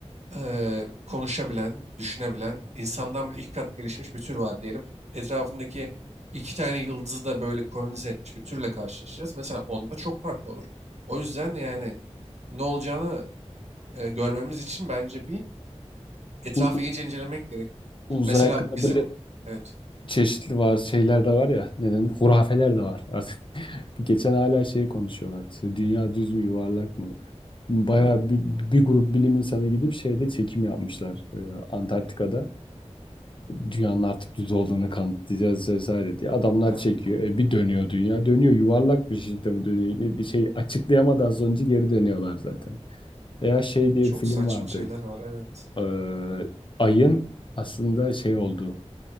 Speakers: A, on the right; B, on the left.
A: eee, konuşabilen, düşünebilen, insandan bile iki kat gelişmiş bir tür var diyelim. Etrafındaki iki tane yıldızı da böyle kolonize etmiş bir türle karşılaşacağız. Mesela onda çok farklı olur. O yüzden yani ne olacağını e, görmemiz için bence bir etrafı
B: Bu bu
A: iyice incelemek gerek.
B: uzay
A: Mesela
B: hakkında
A: bizim
B: böyle
A: evet
B: çeşitli var şeyler de var ya neden hurafeler de var artık. <laughs> Geçen hala şey konuşuyorlar. İşte dünya düz mü yuvarlak mı? Bayağı
A: tabii
B: bir, bir grup bilim insanı gidip şeyde çekim yapmışlar e, Antarktika'da. dünyanın artık düz olduğunu kanıtlayacağız vesaire diye. Adamlar
A: ha,
B: çekiyor.
A: vallahi
B: E, bir dönüyor dünya. Dönüyor yuvarlak bir şekilde bu dönüyor. Bir şey açıklayamadan sonucu geri dönüyorlar zaten. Veya şey diye
A: çok
B: bir film
A: saçma
B: vardı.
A: şeyler var evet.
B: Ee, ayın aslında şey oldu.